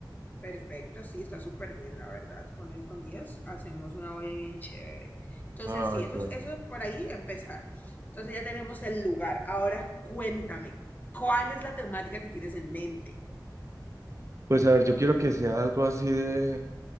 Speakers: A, on the left (about 20°); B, on the right (about 40°).
A: Perfecto, sí, está súper bien, la verdad. Con el, con 10 hacemos una olla bien chévere. Entonces,
B: Ay,
A: sí, eso,
B: qué bueno.
A: es- eso es por ahí empezar. Entonces ya tenemos el lugar. Ahora cuéntame, ¿cuál es la temática que tienes en mente?
B: Pues a ver, yo quiero que sea algo así de